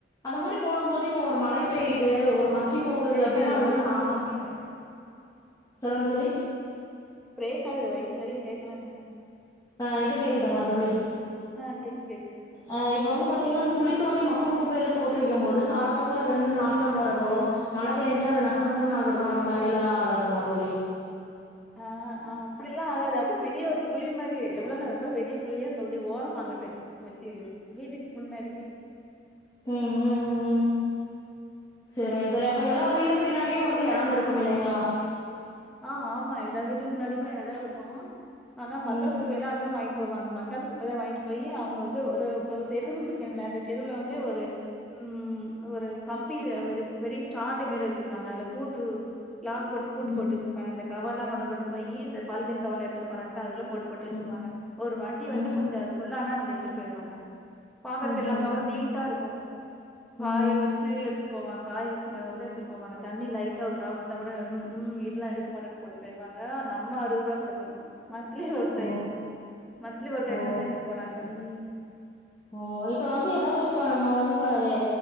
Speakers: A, on the left; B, in the centre.
A: அந்த மாரி போடும் போது இப்ப ஒரு மழை பெய்யுது
B: பிரேக் ஆகுது
A: ஒரு மக்கி போகுது
B: பிரேக்
A: அப்டின்னா
B: ஆகுது
A: அதுல
B: வாய்ஸு.
A: இருந்து நாத்தம் அடிக்கு சொல்லுங்க தோழி
B: பிரேக் ஆகுது வாய்ஸ் சரியா கேக் சொல்லுங்க
A: அ இப்போ கேக்குதுங்ளா தோழி
B: ஆ கேக்குது கேக்குது
A: அ இப்ப வந்து பாத்தீங்கன்னா அந்த குழி தோண்டி மக்கும் குப்பையல்ல போட்டு வைக்கும் போது காலப்போக்குல அதுல இருந்து நாத்தம் வர்றதோ மழை பேஞ்சா அது நச நசனு ஆகுறதோ அந்த மாதிரி எல்லா ஆகாதுங்களா தோழி <inaudible>
B: ஆ ஆ அப்டிலாம் ஆகாது அது பெரிய ஒரு குழி மாரி எவ்வளவுன்னா ரொம்ப பெரிய குழியா தோண்டி ஓரமா அங்கிட்டு வச்சு வீட்டுக்கு முன்னாடி
A: உம் உம் உம் உம் சரிங்க தோழி அப்ப எல்லார் வீட்டுக்கு பின்னாடியும் வந்து இடம் இருக்கும் இல்லைங்ளா
B: ஆ ஆமா எல்லா வீட்டுக்கு முன்னாடியுமே எடம் இருக்கும் ஆனா மக்குற
A: ம்
B: குப்பை எல்லாம் அங்க வாங்கி இப்ப வாங்க மக்காத குப்பைலாம் வாங்கிட்டு போய் அவுங்க வந்து ஒரு தெருவுனு வச்சுக்கோங்களேன் அந்த தெருல வந்து ஒரு உம் ஒரு கம்பில வெரி வெரி ஸ்டாண்ட் மாரி வச்சுருப்பாங்க அதுல போட்டு லாக் போட்டு பூட்டு
A: ம்
B: போட்டு வச்சுருப்பாங்க இந்த கவர்லாம் கொண்டு கொண்டு போயி இந்த பாலித்தீன் கவர்ல எடுத்துட்டுப் போறாங்கள அதுக்குள்ள போட்டு போட்டு வச்சிருவாங்க
A: ம்
B: ஒரு வண்டி வந்து
A: ம்
B: கொஞ்சோ அது ஃபுல்லான வந்து எடுத்துட்டு போயிருவாங்க பாக்கறக்கு
A: ம் ம்
B: எல்லா கவறு நீட்டா இருக்கு காய
A: ம்
B: வச்சி எடு த்துட்டு போவாஙா காய வச்சி கவர்ல எடுத்துட்டு போவாங்க தண்ணி லைட்டா ஒரு டிராப் இருந்தா கூட ம்ம் இதெல்லா எடு க்கமா போட்டு போயிருவாங்க நம்ம அறுவது ரூபா குடுக்கணு மன்த்லி ஒரு டைம்
A: ஓ
B: மந்த்லி ஒரு டைம்
A: ஓ
B: தா வந்த எடுத்துட்டு போறாங்க உம்
A: ஓ இப்ப வந்து ஏதாவது இப்போ நம்ம வந்து ப எயே